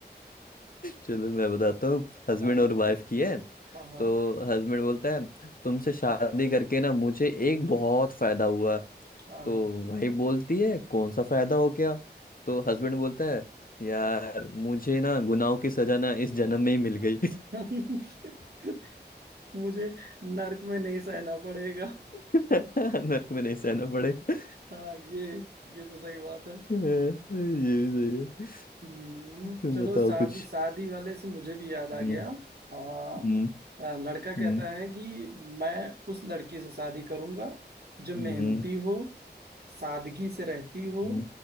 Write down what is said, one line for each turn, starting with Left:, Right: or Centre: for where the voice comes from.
Left: चलो मैं बताता हूँ हस्बैंड
Right: हाँ
Left: और वाइफ की है
Right: हाँ हाँ
Left: तो हस्बैंड बोलता है तुमसे शादी करके ना मुझे एक बहुत फायदा हुआ
Right: हाँ
Left: तो
Right: हाँ
Left: भाई बोलती है कौन सा फायदा हो गया तो हस्बैंड बोलता है यार मुझे ना गुनाहों की सजा ना इस जन्म में ही मिल गई <laughs>
Right: हाँ। <laughs> मुझे नर्क में नहीं सहना पड़ेगा
Left: नरक में नहीं सहना पड़े <laughs>
Right: हाँ ये ये तो सही बात है
Left: ये भी सही है
Right: हम्म,
Left: तुम
Right: चलो
Left: बताओ
Right: शादी
Left: कुछ
Right: शादी वाले से मुझे भी याद आ
Left: हम्म
Right: गया हाँ
Left: हम्म
Right: अ, लड़का कहता
Left: हम्म
Right: है कि मैं उस लड़की से शादी करूंगा जो मेहनती
Left: हम्म हम्म
Right: हो सादगी से रहती हो
Left: हम्म